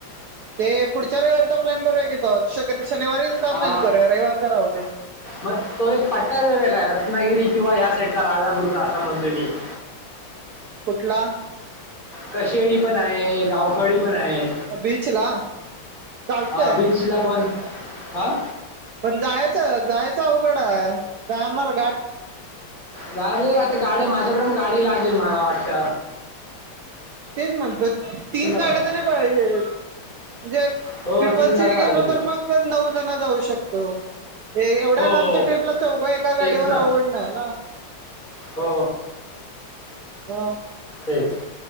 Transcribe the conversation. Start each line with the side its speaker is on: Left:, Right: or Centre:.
Right: ते पुढच्या रविारीचा प्लॅन करूया कि शक्य शनिवारी प्लॅन
Left: हा
Right: करूया रविवारचा राहू ते
Left: मग तो एक पट्टा देव काय रत्नागिरी किंवा ह्या साईडचा राजापूरचा असा म्हणतो. बनी <inaudible>
Right: कुठला?
Left: कशेळी पण आहे गावखळीण आहे
Right: बीचला चालतंय
Left: हा बीचला पण हा
Right: पण जायचं, जायचं उवघड आहे, जाणार गाडी
Left: ग र आता गाडी माझ्याकड गाडी लागेल मला वाटत
Right: तेच म्हणत तीन गाड्या
Left: नाही
Right: जरी पाहिजे. म्हणजे
Left: हो
Right: ट्रिपल
Left: तीन गाड्या
Right: सीट
Left: पाहिजे
Right: गेलो
Left: ते
Right: तर मग नऊ जण जाऊ शकतो. एवढ्या
Left: हो हो
Right: आमच्या ट्रिपला चौघ एका
Left: तेच
Right: गाडीवर
Left: ना
Right: अवघड नाही ना,
Left: हो
Right: ह
Left: तेच